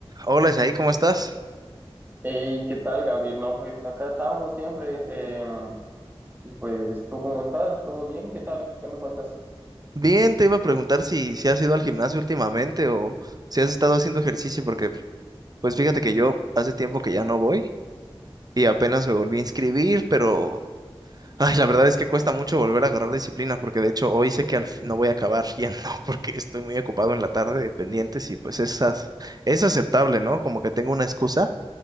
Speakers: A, on the right; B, on the right.
A: Hola Isaí, ¿cómo estás?
B: Hey, ¿qué tal, Gabriel? No, pues acá estamos siempre. em, y pues, ¿tú cómo estás? ¿Todo bien? ¿Qué tal? ¿Qué me cuentas?
A: Bien, te iba a preguntar si, si has ido al gimnasio últimamente o si has estado haciendo ejercicio, porque pues fíjate que yo hace tiempo que ya no voy y apenas me volví a inscribir, pero ay, la verdad es que cuesta mucho volver a agarrar disciplina, porque de hecho hoy sé que al fin no voy a acabar yendo <laughs> porque estoy muy ocupado en la tarde de pendientes y pues esas es aceptable, ¿no? Como que tengo una excusa,